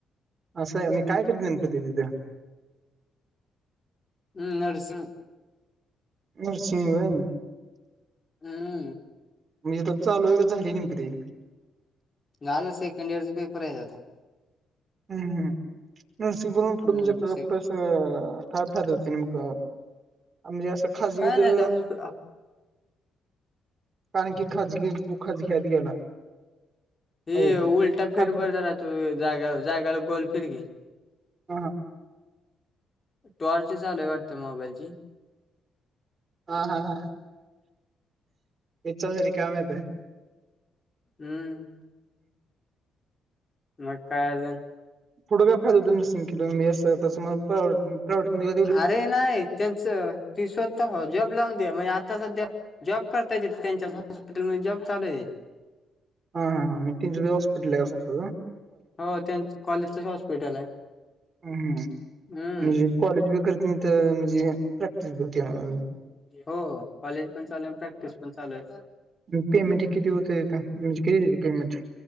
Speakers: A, on the right (about 40°); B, on the left (about 30°).
A: असाय मग कायकरत्या गणपतीत नेमकं तिथ
B: हम्म नर्स
A: नरसिंग होय
B: हम
A: म्हणजे चालू आहे का झाली नेमक ति-
B: झाल सेकंड इयर चा पेपर आहे. आता
A: हम् नर्सिंग करून पुढ
B: हम्म
A: म्हणजे आपल्याला
B: से
A: कुठं- अ काय फायदा होते मग म्हणजे असं. खाजगी
B: काय
A: तर,
B: नाही हॉस्पिटल
A: कारण की खाजगी तू खाजग्यात गेला.
B: हे
A: हो
B: उलटा फेरबदरा
A: खाज
B: तू जाग्याला, जाग्याला गोल फीर की.
A: ह हां
B: टॉर्च चालूय वाटत मोबाईल ची
A: हा हा ह विचर रिकामा होतय.
B: हम्म मग काय अजून
A: पुढ काय फायदा होत. मी शिकला वर मी अस तस मग प्रायव्हेट बनवेल
B: अरे नाही त्यांच ती स्वत जॉब लावून दे म्हणजे आता सध्या जॉब करता तिथ त्यांच्या हॉस्पिटलमध्ये जॉब चालूय.
A: हा हां ह मी त्याच च हॉस्पिटल आहे स्वतःचं.
B: होय त्यांच कॉलेजच हॉस्पिटल आहे.
A: ह्म्म
B: हम्म
A: म्हणजे कॉलेज बी करत करत म्हणजे प्रॅक्टिस बी होती मला.
B: हो <unintelligible> प्रॅक्टिस पण चालू आहे
A: ह् पेमेंट ह किती होते आता, म्हणजे किती देते पेमेंट?